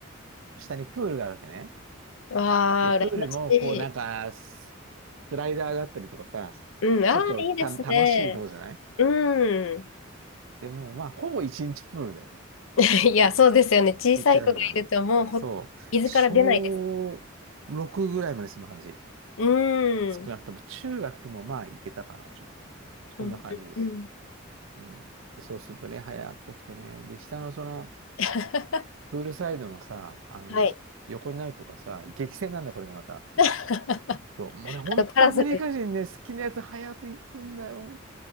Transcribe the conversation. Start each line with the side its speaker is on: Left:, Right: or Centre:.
Right: 下にプールがあるわけね。
Left: わあ、
Right: で、プールも、
Left: 羨ましい。
Right: こう、なんか、ススライダーがあったりとかさ、
Left: うん。ああ、
Right: ちょっとた、
Left: いいですね。
Right: 楽しいとこじゃない
Left: うん。
Right: でも、まあ、ほぼ一日プールだよね。
Left: <laughs> いや、そうですよね。小さい子がいると、
Right: 行っちゃうときは。
Left: もうほ、
Right: そう。
Left: 伊豆から出ないです。
Right: 小6ぐらいまでそんな感じ。
Left: うん。
Right: 少なくとも、
Left: うん
Right: 中学でもまあ、行けたかな、ちょっと。そんな感じです。
Left: うんうん。
Right: うん。で、そうするとね、早く起きてね。で、下のその、
Left: <laughs>
Right: プールサイドのさ、あの、
Left: はい。
Right: 横になるとかさ、激戦なんだ、これがまた。
Left: <laughs> あ
Right: そう、もうね、ほんとアメリカ人ね、
Left: の、パラソル。
Right: 好きなやつ早く行くんだよ。